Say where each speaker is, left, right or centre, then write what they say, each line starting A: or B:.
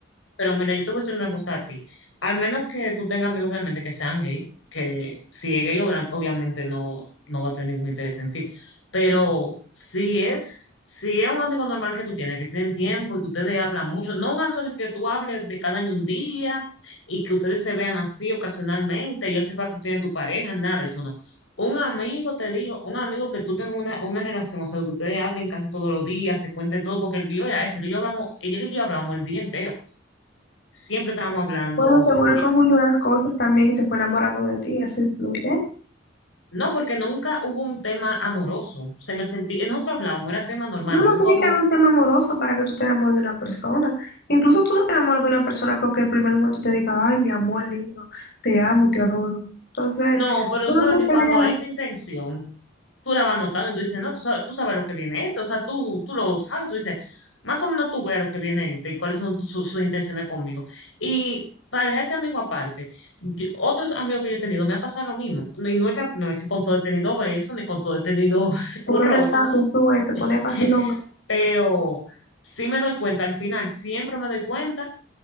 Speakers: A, on the left; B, on the left.
A: Pero mira, yo te voy a decir una cosa a ti. Al menos que tú tengas amigos, obviamente, que sean gay, que si es gay, obra- obviamente no, no va a tener ningún interés en ti. Pero si es, si es un amigo normal que tú tienes, que tienen tiempo y que ustedes hablan mucho, no un amigo de que tú hables de cada año un día y que ustedes se vean así ocasionalmente y él sepa que tú tienes tu pareja, nada de eso, no. Un amigo, te digo, un amigo que tú tengas una, una relación, o sea, que ustedes hablen casi todos los días, se cuenten todo, porque el lío ya es, el lío hablamos, ella y yo hablamos el día entero siempre estábamos hablando,
B: Bueno, seguro
A: si-
B: él confundió las cosas también y se fue enamorando de ti. Eso influye.
A: no, porque nunca hubo un tema amoroso, o sea, en el sentido, nosotros hablábamos, era tema normal,
B: No, no
A: nunca
B: tiene
A: hubo,
B: que haber un tema amoroso para que tú te enamores de una persona. Incluso tú no te enamoras de una persona porque el primer momento te diga, ay, mi amor lindo, te amo, te adoro. Entonces,
A: no, pero
B: no
A: tú sabes
B: sé
A: que cuando
B: qué le hayan
A: hay esa intención, tú la vas notando y tú dices, no, tú sabes, tú sabes lo que viene esto, o sea, tú, tú lo sabes, tú dices, más o menos tú ves lo que viene este y cuáles son tus- sus sus intenciones conmigo. Y para dejar ese amigo aparte, yo- otros amigos que yo he tenido me ha pasado lo mismo, no, y no es que, no es que con todo he tenido besos, ni con todo he tenido <laughs>
B: te
A: un
B: pones
A: roce,
B: de fácil, tú ves, te pones
A: <laughs>
B: facilonga.
A: pero sí me doy cuenta, al final siempre me doy cuenta